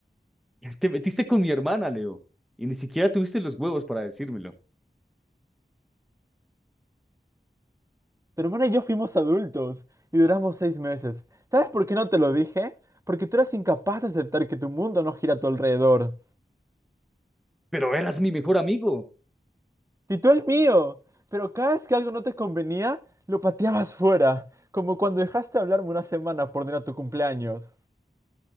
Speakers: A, in the centre; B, on the right.
A: <laughs> Te metiste con mi hermana, Leo, y ni siquiera tuviste los huevos para decírmelo.
B: Tu hermana y yo fuimos adultos y duramos seis meses. ¿Sabes por qué no te lo dije? Porque tú eras incapaz de aceptar que tu mundo no gira a tu alrededor.
A: Pero eras mi mejor amigo.
B: Y tú el mío. Pero cada vez que algo no te convenía, lo pateabas fuera. Como cuando dejaste de hablarme una semana por no ir a tu cumpleaños.